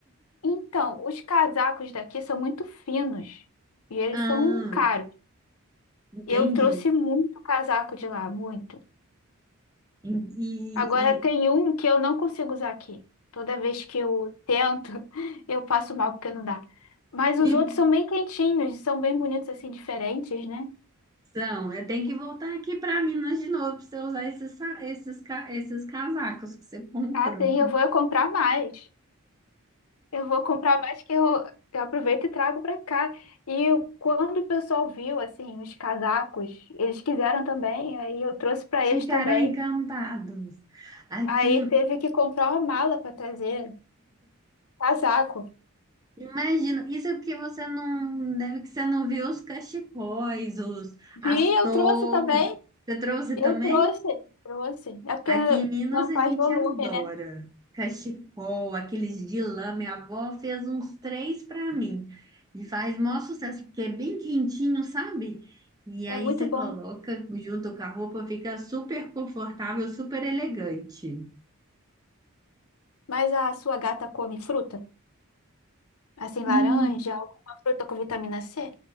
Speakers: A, on the left; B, on the right.
A: Então, os casacos daqui são muito finos e eles
B: Ah,
A: são caros.
B: entendi.
A: Eu trouxe muito casaco de lá, muito.
B: E,
A: Agora
B: e-
A: tem um que eu não consigo usar aqui. Toda vez que eu tento, <laughs> eu passo mal porque não dá. Mas
B: e-
A: os outros são bem quentinhos, são bem bonitos assim, diferentes, né?
B: então, eu tenho que voltar aqui para Minas de novo para você usar esses, sa- esses, ca- esses casacos que você comprou.
A: Ah, sim, eu vou comprar mais. Eu vou comprar mais que eu, eu aproveito e trago para cá. E eu- quando o pessoal viu, assim, os casacos, eles quiseram também, aí eu trouxe para eles
B: Ficaram
A: também.
B: encantados. Aqui,
A: Aí teve que comprar uma mala para trazer casaco.
B: imagina, isso é porque você não, deve que você não viu os cachecóis, os,
A: Vi,
B: as
A: eu
B: toucas.
A: trouxe também.
B: Você trouxe
A: Eu
B: também?
A: trouxe, trouxe. É porque
B: Aqui em Minas
A: não
B: a
A: faz
B: gente
A: volume,
B: adora
A: né?
B: cachecol, aqueles de lã. Minha avó fez uns três para mim e faz maior sucesso, porque é bem quentinho, sabe? E
A: É
B: aí
A: muito
B: você coloca
A: bom.
B: junto com a roupa, fica super confortável, super elegante.
A: Mas a sua gata come fruta? Assim,
B: Hum,
A: laranja, alguma fruta com vitamina C?